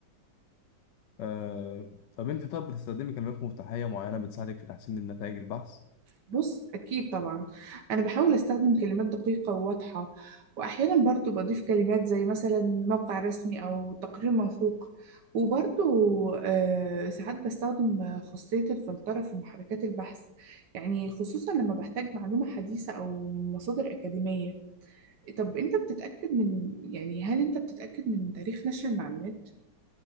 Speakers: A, on the left; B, on the right.
A: آه، طب انت طب بتستخدمي كلمات مفتاحية معينة بتساعدك في تحسين النتائج البحث
B: بص أكيد طبعا أنا بحاول أستخدم كلمات دقيقة وواضحة وأحيانا برضو بضيف كلمات زي مثلا موقع رسمي أو تقرير موثوق وبرضو آه، ساعات بستخدم آه، خاصية الفلترة في محركات البحث يعني خصوصا لما بحتاج معلومة حديثة أو مصادر أكاديمية طب أنت بتتأكد من يعني هل أنت بتتأكد من تاريخ نشر المعلومات